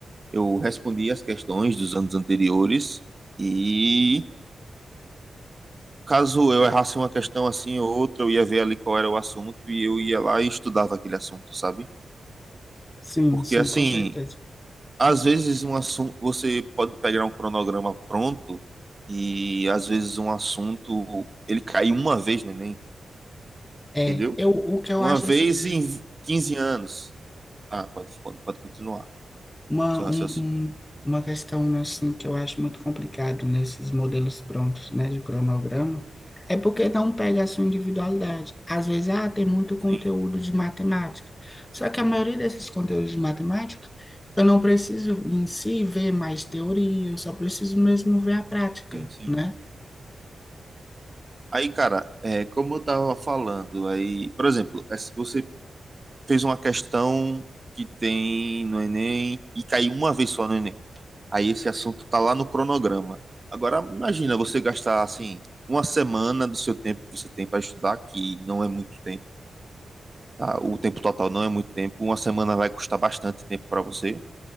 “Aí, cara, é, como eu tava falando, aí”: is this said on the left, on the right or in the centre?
Right